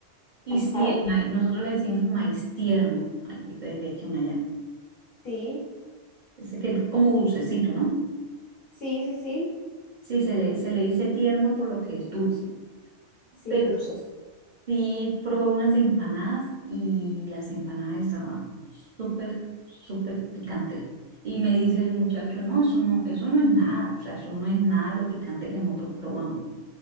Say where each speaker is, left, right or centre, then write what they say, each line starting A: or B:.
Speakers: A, on the right; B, on the left.
A: Y
B: ajá,
A: sí, el maíz, nosotros le decimos maíz tierno al que ustedes le echan allá.
B: sí,
A: Ese que es como dulcecito, ¿no?
B: sí, sí, sí,
A: Sí, se le, se le dice tierno por lo que es dulce.
B: sí,
A: Pero
B: justo.
A: Sí, probé unas empanadas y las empanadas estaban súper, súper picante. Y me dice el muchacho, no, eso no, eso no es nada, o sea, eso no es nada lo picante que nosotros probamos.